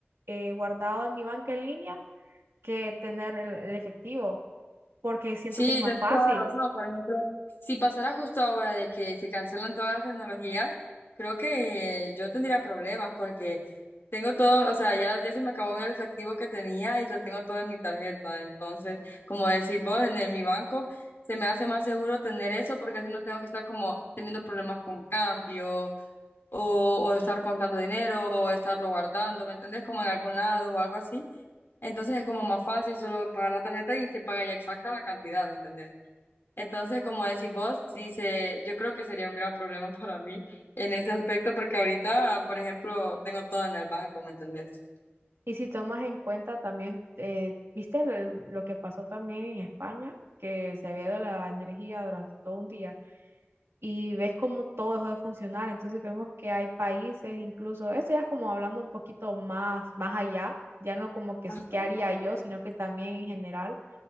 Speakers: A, on the right; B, on the left.
A: eh, guardado en mi banca en línea que tener el el efectivo porque siento
B: Sí,
A: que es más
B: tienes
A: fácil.
B: toda la razón. Por ejemplo, si pasara justo ahora de que se cancelan todas las tecnologías, creo que yo tendría problemas porque tengo todo, o sea, ya, ya se me acabó el efectivo que tenía y lo tengo todo en mi tarjeta. Entonces, como decir vos, en, el- mi banco se me hace más seguro tener eso porque así no tengo que estar como teniendo problemas con cambio o, o estar contando dinero o estarlo guardando, ¿me entendés? Como en algún lado o algo así. Entonces es como más fácil solo pagar la tarjeta y se paga ya exacta la cantidad, ¿me entendés? Entonces, como decís vos, sí se, yo creo que sería un gran problema <laughs> para mí en ese aspecto porque ahorita, por ejemplo, tengo todo en el banco, ¿me entendés?
A: Y si tomas en cuenta también, eh, viste lo, lo que pasó también en España, que se había ido la energía durante todo un día y ves cómo todo dejó de funcionar. Entonces vemos que hay países, incluso, eso ya es como hablando un poquito más, más allá, ya no como que
B: Ajá.
A: es- qué haría yo, sino que también en general